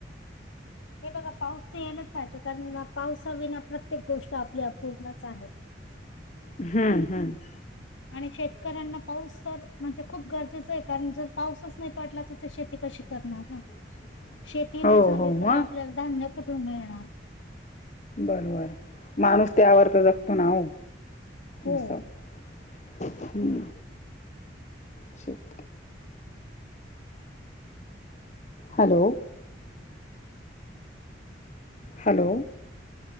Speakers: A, on the left; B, on the left.
A: हे बघा पाऊस येलचं पाहिजे कारण पावसा विना प्रत्येक गोष्ट आपल्या पूर्णचं आहे.
B: हम्म, हम्म
A: आणि शेतकऱ्यांना पाऊस तर म्हणजे खूप गरजेच आहे कारण जर पाऊसचं नाय पडला तर तो शेती कशी करणार सांग
B: <unintelligible>
A: शेती
B: हो,
A: नाही झाली
B: हो.
A: तर
B: मग?
A: आपल्याला धान्य कुठूनं मिळणार.
B: बरोबर माणूस त्या वर तर जगतो ना ओ
A: हो.
B: असं हम्म, शेत हॅलो हॅलो